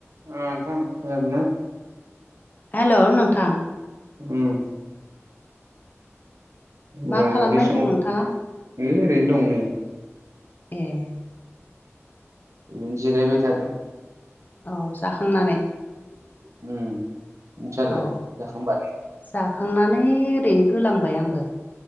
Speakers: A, on the right; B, on the left.
A: <unintelligible> नोंथां खोनादोंना
B: हेलौ नोंथां
A: उम होनबा
B: मा खालामबाय
A: बे समाव
B: दं नोंथाङा
A: ओरैनो दं नै
B: ए
A: बिदिनो जिरायबाय थादों।
B: औ जाखांनानै
A: उम नोंसालाय
B: औ
A: जाखांबाय
B: जाखांनानै ओरैनो गोलांबाय आंबो